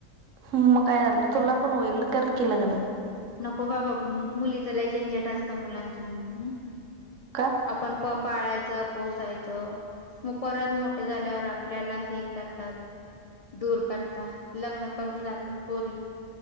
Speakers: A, on the right; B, on the left.
A: मग काय झालं तुला पण होईल कर की लग्न
B: नको बाबा मुलीच झंजट असतं मुलांचं
A: का
B: पण प पाळायचं पोसायचं मग परत मोठे झाल्यावर आपल्याला हे करतात दूर करता लग्न करून जातात पोरी